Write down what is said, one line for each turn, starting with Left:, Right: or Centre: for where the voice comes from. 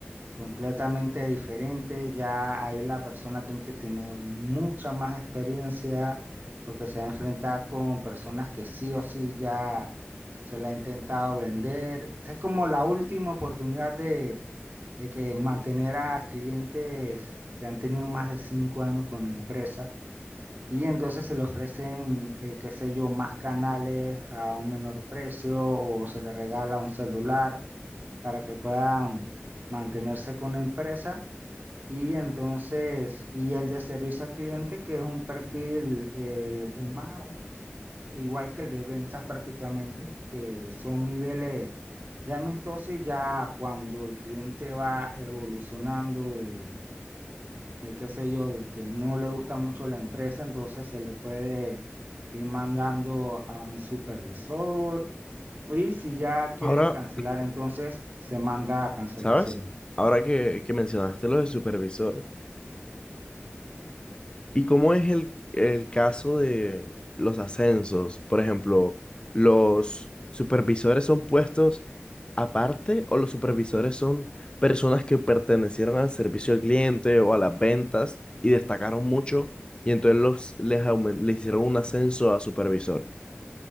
Right: completamente diferente. Ya ahí la persona tiene que tener mucha más experiencia porque se va a enfrentar con personas que sí o sí ya se la ha intentado vender. Esa es como la última oportunidad de de que mantener a clientes que han tenido más de cinco años con la empresa y entonces se le ofrecen, eh, qué sé yo, más canales a un menor precio o se le regala un celular para que puedan mantenerse con la empresa. Y entonces, y el de servicio al cliente, que es un perfil eh, el más igual que el de ventas prácticamente, que son niveles de amistoso y ya cuando el cliente va evolucionando de, de qué sé yo, de que no le gusta mucho la empresa, entonces se le puede ir mandando a un supervisor y si ya quiere
Left: Ahora,
Right: cancelar, entonces se manda a cancelaciones.
Left: ¿sabes? Ahora que, que mencionaste lo de supervisores. ¿Y cómo es el, el caso de los ascensos? Por ejemplo, ¿los supervisores son puestos aparte o los supervisores son personas que pertenecieron al servicio al cliente o a las ventas y destacaron mucho y entonces los, les, aumen- les hicieron un ascenso a supervisor?